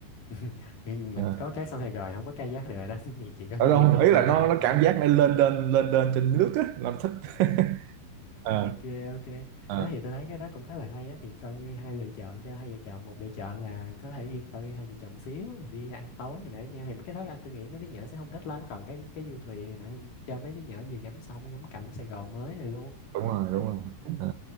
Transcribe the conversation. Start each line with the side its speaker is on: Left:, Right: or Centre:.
Left: <laughs> nhưng mà
Right: À.
Left: có cái xong Sài rồi không có kayak được rồi đó <laughs> thì chỉ có đi
Right: Ở đâu không?
Left: trên
Right: Ý
Left: vô
Right: là
Left: thì
Right: nó
Left: ăn
Right: nó
Left: tối
Right: cảm
Left: thôi
Right: giác nó lên lên lên lên trên nước á, làm thích. <laughs> À,
Left: ok ok
Right: à.
Left: đó thì tôi thấy cái đó cũng khá là hay á thì coi như hai lựa chọn cho hai vợ chồng một lựa chọn là có thể riêng tư hai vợ chồng xíu rồi đi ăn tối rồi nãy nha thì mấy cái đó anh tôi nghĩ mấy đứa nhỏ sẽ không thích lắm còn cái cái du thuyền rồi nãy cho mấy đứa nhỏ vừa ngắm sông ngắm cảnh Sài Gòn mới này luôn
Right: đúng rồi
Left: đó.
Right: đúng
Left: Ừ.
Right: rồi à.